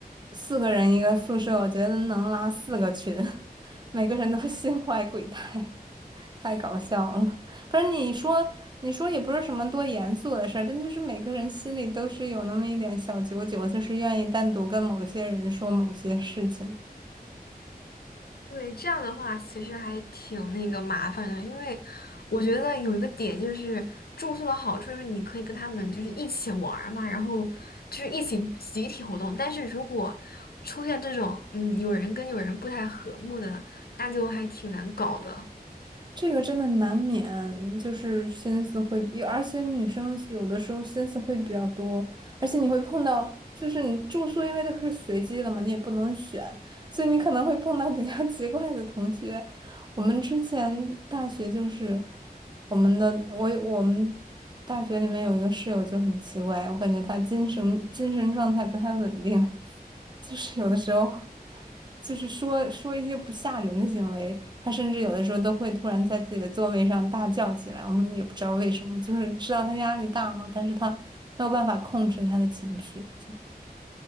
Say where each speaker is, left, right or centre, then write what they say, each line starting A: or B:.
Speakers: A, on the right; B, on the left.
A: 四个人一个宿舍，我觉得能拉四个群，<laughs> 每个人都 <laughs> 心怀鬼胎，太搞笑了。不是你说，你说也不是什么多严肃的事儿，但就是每个人心里都是有那么一点小九九，就是愿意单独跟某些人说某些事情。
B: 对，这样的话其实还挺那个麻烦的，因为我觉得有一个点就是住宿的好处就是你可以跟他们就是一起玩儿嘛，然后就是一起集体活动。但是如果出现这种嗯有人跟有人不太和睦的，那就还挺难搞的。
A: 这个真的难免，就是心思会比，而且女生有的时候心思会比较多，而且你会碰到，就是你住宿因为都是随机的嘛，你也不能选，所以你可能会碰到比较 <laughs> 奇怪的同学。我们之前大学就是我们的，我我们大学里面有一个室友就很奇怪，我感觉他精神精神状态不太稳定，<laughs> 就是有的时候。就是说说一些不吓人的行为，他甚至有的时候都会突然在自己的座位上大叫起来，我们也不知道为什么，就是知道他压力大嘛，但是他没有办法控制他的情绪，就